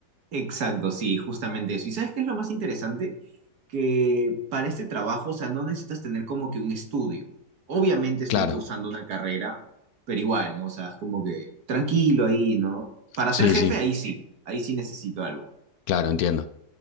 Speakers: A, on the right; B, on the left.
A: Exacto, sí, justamente eso. ¿Y sabes qué es lo más interesante? que para este trabajo, o sea, no necesitas tener como que un estudio. Obviamente estoy
B: Claro,
A: cursando una carrera, pero igual, ¿no? O sea, es como que tranquilo ahí, ¿no? Para
B: sí,
A: ser jefe,
B: sí,
A: ahí sí, ahí sí necesito algo.
B: claro, entiendo.